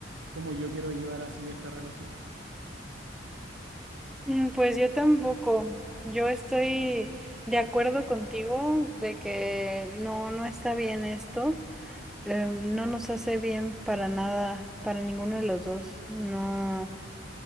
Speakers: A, on the right; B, in the centre.
A: como yo quiero llevar así esta relación.
B: Mm, Pues yo tampoco. Yo estoy de acuerdo contigo de que no, no está bien esto. Eh, no nos hace bien para nada, para ninguno de los dos. No,